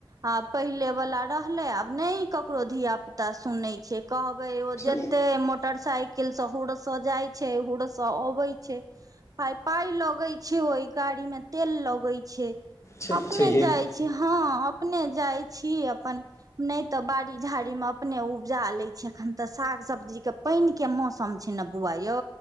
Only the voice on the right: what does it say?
आ पहिले वाला रहले आब ने ककरो धिया पुता सुनै छै कहबै ओ
जतेक मोटरसाइकिलसँ हुरसँ जाइत छै हुरसँ अबैत छै पइ पााय लगै छै ओहि गाड़ी मे तेल लगैत छै
अपने जाइ
छी हँ अप अपने जाय छी अपन नहि तऽ बाड़ी झाड़ी में अपने उपजा ले छी अखन तऽ साग साग सब्जीके पानिके मौसम छै ने बौआ यौ